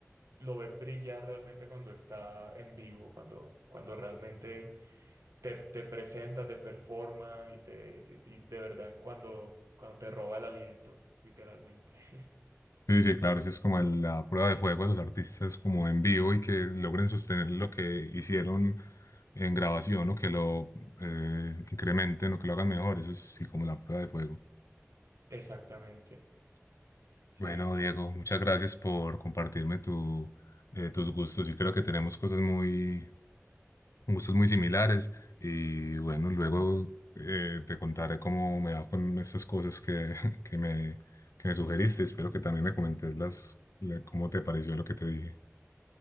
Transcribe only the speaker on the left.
Sí, sí, claro, esa es como el- la prueba de fuego de los artistas como en vivo y que logren sostener lo que hicieron en grabación o que lo eh, incrementen o que lo hagan mejor. Eso es sí como la prueba de fuego.
Bueno, Diego, muchas gracias por compartirme tu, eh, tus gustos. Yo creo que tenemos cosas muy, gustos muy similares y bueno, luego eh, te contaré cómo me va con esas cosas que, <laughs> que me, que me sugeriste. Espero que también me comentes las, la- cómo te pareció lo que te dije.